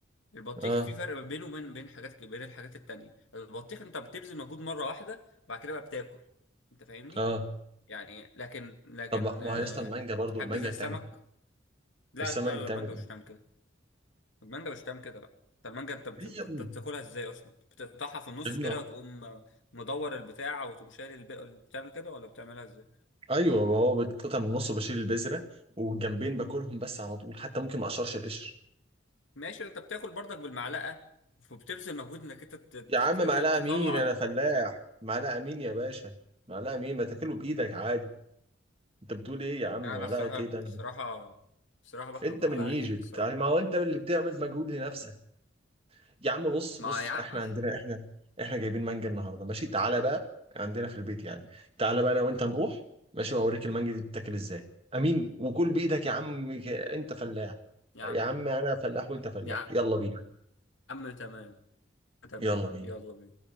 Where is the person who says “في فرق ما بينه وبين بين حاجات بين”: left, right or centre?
Left